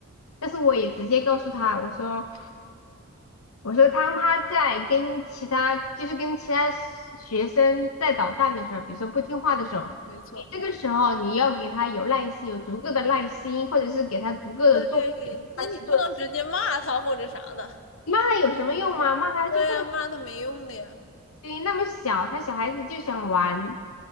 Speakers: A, on the left (about 80°); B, on the left (about 65°).
A: 但是我也直接告诉他，我说。我说当他在跟其他，就是跟其他学生在捣蛋的时候，比如说不听话的时候，
B: 没错。
A: 你这个时候你要给他有耐心，有足够的耐心，或者是给他足够的做
B: 对，那你不能直接骂他或者啥的。
A: 他去做事。你骂他有什么用吗？骂他就不能，
B: 对呀，骂他没用的呀。
A: 对，那么小，他小孩子就想玩，